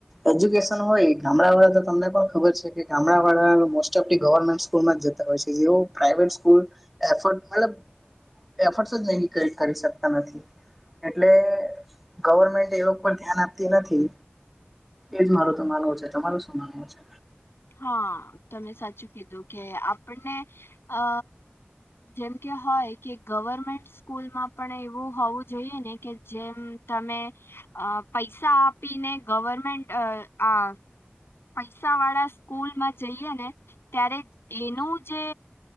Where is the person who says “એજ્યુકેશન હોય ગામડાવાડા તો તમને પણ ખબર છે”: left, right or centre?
Centre